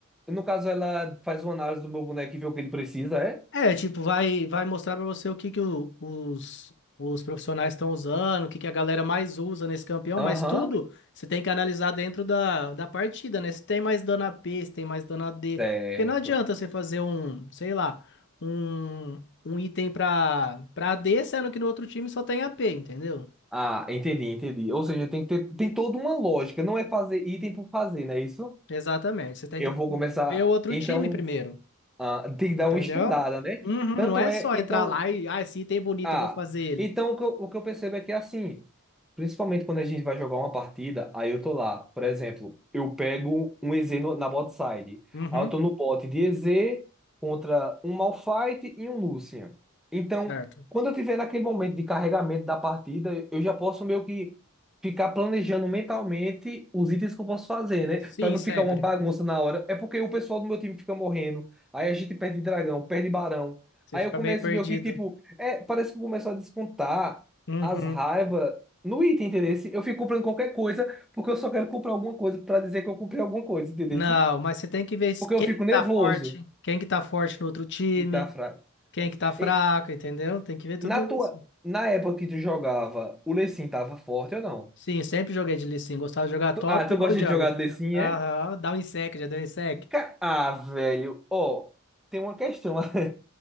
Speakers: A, in the centre; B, on the left.
A: no caso ela faz uma análise do meu boneco e vê o que ele precisa, é?
B: É, tipo, vai, vai mostrar pra você o que que o- os, os profissionais estão usando, o que que a galera mais usa nesse campeão,
A: Aham,
B: mas tudo você tem que analisar dentro da, da partida, né? Se tem mais dano AP, se tem mais dano AD.
A: certo.
B: Porque não adianta você fazer um, sei lá, um, um item pra, pra A d sendo que no outro time só tem a p, entendeu?
A: Ah, entendi, entendi. Ou seja, tem que ter, tem toda uma lógica, não é fazer item por fazer, não é isso?
B: Exatamente. Você tem
A: Eu
B: que
A: vou começar,
B: ver o outro
A: então,
B: time primeiro,
A: ah, tem que dar
B: entendeu?
A: uma estudada, né?
B: Uhum,
A: Tanto
B: não é
A: é,
B: só
A: então,
B: entrar lá e, ah, esse item é bonito,
A: Ah,
B: eu vou fazer ele.
A: então o que eu, o que eu percebo é que é assim, principalmente quando a gente vai jogar uma partida, aí eu tô lá, por exemplo, eu pego um EZ no- na bot side.
B: Uhum,
A: Aí eu tô no bot de EZ contra um Malphite e um Lucian. Então,
B: certo.
A: quando eu tiver naquele momento de carregamento da partida, eu já posso meio que ficar planejando mentalmente os itens que eu posso fazer, né?
B: Sim,
A: Pra não
B: sempre.
A: ficar uma bagunça na hora. É porque o pessoal do meu time fica morrendo, aí a gente perde dragão, perde barão.
B: Você
A: Aí
B: fica
A: eu começo
B: meio perdido.
A: meio que tipo. É, parece que começou a descontar
B: Uhum.
A: as raivas no item, entendeu? Eu fico comprando qualquer coisa porque eu só quero comprar alguma coisa pra dizer que eu comprei alguma coisa, entendeu?
B: Não, mas você tem que ver se-
A: Porque
B: quem
A: eu fico
B: que
A: nervoso
B: tá forte, quem que tá forte no outro time,
A: e tá fraco.
B: quem que tá fraco,
A: E
B: entendeu? Tem que ver tudo
A: na tua,
B: isso.
A: na época que tu jogava, o Lecim tava forte ou não?
B: Sim, sempre joguei de Lee Sin. Gostava de jogar top
A: Tu- ah, tu gosta
B: ou jungle.
A: de jogar de Lecim,
B: Aham,
A: é?
B: dá um insec, já deu um insec.
A: Ca- Ah, velho, ó, tem uma questão. <laughs>